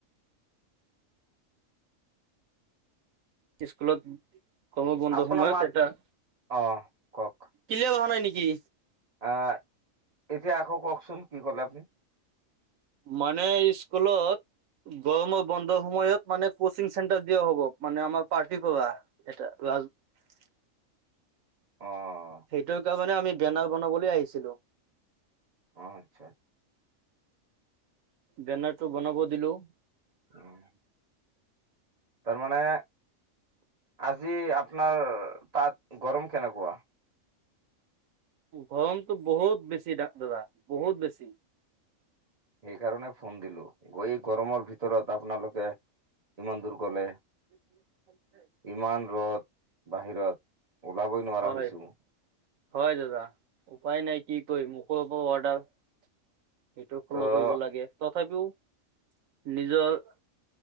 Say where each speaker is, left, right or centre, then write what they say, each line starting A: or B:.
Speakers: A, on the right (about 75°); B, on the right (about 30°).
A: স্কুলত গৰম গন্ধ
B: আপোনাৰ
A: সময়ত
B: মাত
A: এটা ক্লিয়া
B: অ', কওক
A: অহা নাই নেকি?
B: আহ এতিয়া আকৌ কওঁকচোন কি ক'লে আপুনি
A: মানে স্কুলত গৰমৰ বন্ধৰ সময়ত মানে কচিং চেণ্টাৰ দিয়া হ'ব মানে আমাৰ পাৰ্টিৰ পৰা এ- তাত
B: <unintelligible> অ',
A: সেইটো কাৰণে আমি বেনাৰ বনাবলৈ আহিছিলো।
B: অঁ আচ্ছা আচ্ছা
A: বেনাৰ টো বনাব দিলো।
B: উম, তাৰমানে- আজি আপোনাৰ তাত গৰম কেনেকুৱা-
A: গৰমটো বহুত বেছি দাদা বহুত বেছি-
B: সেইকাৰণে ফোন দিলো এই গৰমৰ ভিতৰত আপোনালোকে- ইমান দূৰ গ'লে-
A: <unintelligible>
B: ইমান ৰ'দ বাহিৰত ওলাবই নোৱাৰা
A: হয়
B: হৈছো।
A: হয় দাদা উপায় নাই কি কৰিম উপৰ পৰা অৰ্ডাৰ- সেইটো ফ'ল'
B: ত'
A: কৰিব লাগে তথাপিও- নিজৰ